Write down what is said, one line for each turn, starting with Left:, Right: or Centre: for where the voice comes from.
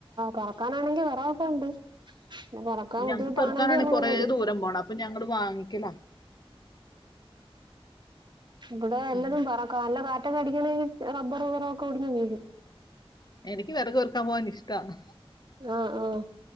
Right: പറക്കാനാണെങ്കി വെറകൊക്കെ ഉണ്ട് പറക്കാൻ ബുദ്ധിമുട്ടാണെങ്കി
Left: ഞങ്ങക്ക് പെറുക്കാനാണെങ്കിൽ
Right: നമ്മള്
Left: കുറേ
Right: മേടിക്കും
Left: ദൂരം പോണം അപ്പൊ ഞങ്ങള് വാങ്ങിക്കലാ
Right: ഇവിടെ എല്ലാരും
Left: ഉം.
Right: പറക്കാം നല്ല മറ്റ കടികള റബ്ബർ റബറൊക്കെ ഉടിഞ്ഞു വീി
Left: എനിക്ക് വിറക് പെറക്കാൻ പോകാൻ ഇഷ്ടമാണ്
Right: ആഹ് ആഹ്